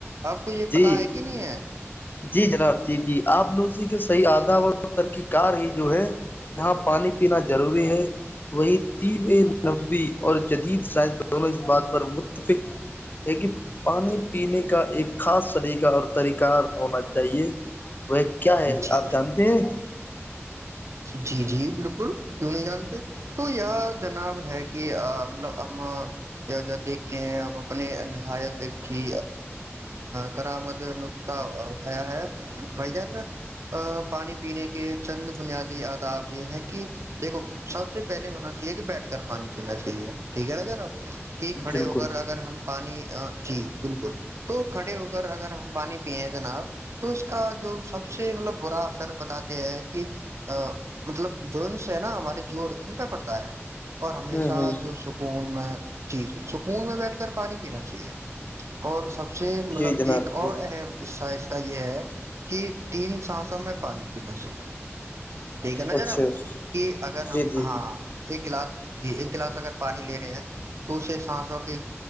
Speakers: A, on the right; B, on the left.
A: آپ کو یہ پتا
B: جی
A: ہے کہ نہیں ہے
B: جی جناب جی جی آپ نوزی کے صحیح اعدا و ترقی کار ہی جو ہے جہاں پانی پینا ضروری ہے وہیں ت نبے اور جدید سائز دونوں اس بات پر متفق ہے کہ پانی پینے کا ایک خاص طریقہ اور طریقہ ہونا چاہیے وہ کیا ہے
A: جی
B: آپ جانتے ہیں
A: جی جی بالکل کیوں نہیں جانتے تو یہ جناب ہے کہ مطلب ہمب جو جو دیکھتے ہیں ا اپنے نہایت کی کرامد نقطہ اٹھایا ہے بھائی جان پانی پینے کے چند بنیاد آدا آپ یہ ہے کہ دیکھو سب سے پہلے ہونا چاہیے کہ بیٹھ کر پانی پینا چاہیے ٹھیک ہے نا نااب کہ کھڑے
B: بالکل
A: ہو کر اگر ہم پانی جی بالکل تو کھڑے ویر اگر ہم پانی پیے ہیں جناب تو اس کا جو سب سے مطلب برا اثر بتاتے ہیں کہ مطلب جو انس ہے نا ہمارے جوڑ ان پہ پڑتا ہے اور ہمیشہ
B: ہوں ہوں
A: جو سکون میں جی جی سکون میں بیٹھ کر پانی پینا چاہیے اور سب سب سے مطلب
B: جی جناب
A: ایک
B: جی
A: اور اہم حصہ ہے یہ ہے کہ تین سانسوں میں پانی پینا چاہیے یہی ہےنا جناب
B: اچھا
A: کہ اگر ہم
B: جی جی
A: ہاں ایک کلاس جی ایک گلاس اگر پانی لے رہے ہیں تو اسے سانس و کے